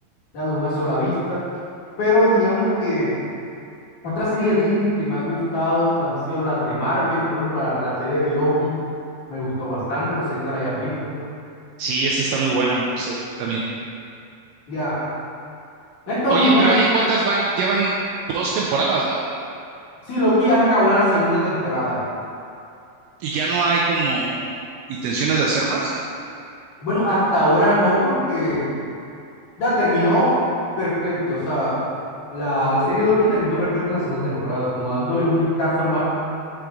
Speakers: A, on the left (about 60°); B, on the right (about 80°).
A: ya de una sola vista. Pero digamos que otra serie de Disney que me ha gustado han sido las de Marvel. Por ejemplo, la, la serie de Loki me gustó bastante. No sé si te la hayas visto.
B: Sí, esa está muy buena, me gustó también.
A: Ya, no he estado
B: Oye,
A: ninguna.
B: pero ahí cuántas van, llevan dos temporadas, ¿no?
A: Sí, Loki ya se acabó en la segunda temporada.
B: Y ya no hay como intenciones de hacer más.
A: Bueno, hasta ahora no, porque ya terminó perfecto. O sea, la, la serie Loki terminó perfecta en la segunda temporada, como dándole un vistazo más